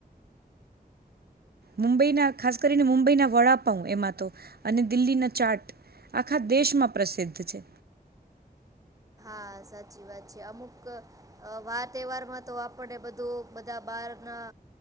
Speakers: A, on the right; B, on the right.
A: મુંબઈના ખાસ કરીને મુંબઈના વડાપાઉ એમાં તો અને દિલ્હીના ચાટ આખા દેશમાં પ્રસિદ્ધ છે.
B: હા સાચી વાત છે અમુક વાર તહેવારમાં તો આપને બધું બધા બાર ના